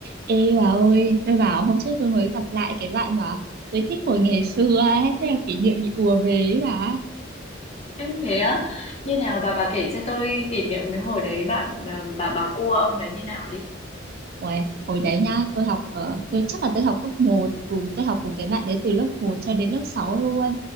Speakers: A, on the right; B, on the left.
A: Ê bà ơi, tôi bảo hôm trước tôi mới gặp lại cái bạn mà tôi thích hồi ngày xưa ấy, thế là kỷ niệm bị ùa về ấy bà.
B: Ê, thế á? Như nào bà bà kể cho tôi kỷ niệm cái hồi đấy bạn à, bà bà cua ông đấy như nào đi.
A: Uầy, hồi đấy nha, tôi học ờ, tôi chắc là tôi học cấp một cùng tôi học cùng cái bạn đấy từ lớp một cho đến lớp 6 luôn.